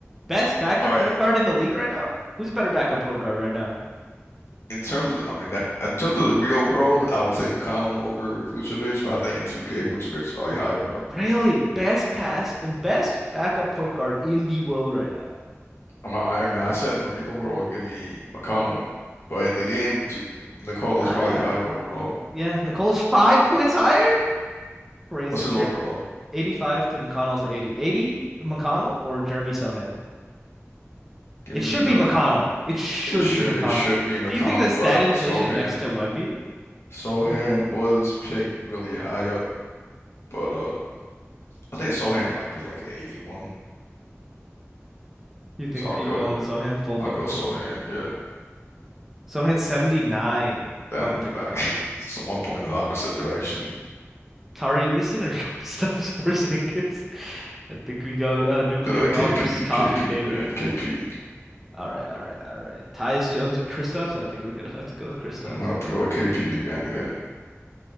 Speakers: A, in the centre; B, on the left.
A: Best backup
B: all right.
A: point guard in the league right now? Who's a better backup point guard right now?
B: In terms of, I mean, that, in terms of the real world, I would take McConnell over Vucevic, but I think in 2K, Vucevic's probably higher up.
A: Really? Best pass, best backup point guard in the world right now.
B: I'm not Iron Man. I said in the real world, give me McConnell, but in the game, two, Nicolo's
A: I
B: probably higher overall.
A: yeah, Nicola's five points higher. Crazy.
B: What's his
A: Jer-
B: overall?
A: 85 to McConnell's 80. 80 McConnell or Jeremy Sohan?
B: Give
A: It
B: me,
A: should
B: uh,
A: be McConnell. It should
B: it should
A: be McConnell.
B: it should be McConnell,
A: Do you think the stat
B: but
A: inflation
B: Sohan
A: next to Wemby?
B: Sohan was picked really high up, but uh, I think Sohan might be like 81,
A: You think
B: so I'll
A: are you
B: go
A: going with Sohan full? Bu-
B: I'll go Sohan. Yeah,
A: Sohan 79.
B: damn,
A: I would have picked
B: that.
A: McConnell.
B: <laughs> It's the one point in the opposite direction.
A: Tari Eason or <laughs> Kristaps Porzingis? I think we go uh, nuclear
B: Uh,
A: bomb
B: KP,
A: versus coffee
B: KP,
A: baby.
B: man, KP.
A: All right, all right, all right. Tyus Jones or Kristaps? I think we're gonna have to go with Kristaps.
B: I'm gonna have to go with KP again.